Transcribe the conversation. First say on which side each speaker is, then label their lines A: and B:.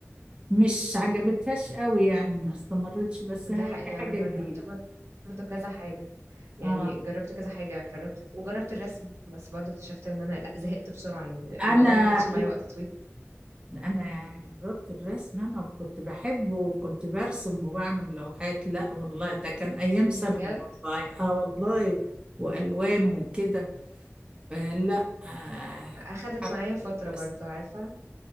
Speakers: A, on the right; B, on the right.
A: مش عجبتهاش قوي يعني ما استمرتش بس
B: دي
A: هي
B: حقيقة
A: كحاجة
B: أنا جربت
A: جديدة
B: برضه كذا حاجة يعني
A: آه.
B: جربت كذا حاجة جربت وجربت الرسم بس برضه اكتشفت إن أنا لأ زهقت بسرعة يعني
A: أنا
B: الموضوع ما خدش معايا وقت طويل
A: انا جربت الرسم انا وكنت بحبه وكنت برسم وبعمل لوحات لا والله ده كان ايام
B: بجد
A: ثانوي والله اه والله والوان وكده آه لا آه
B: أخدت
A: حبيت
B: معايا فترة
A: الرسم
B: برضه عارفة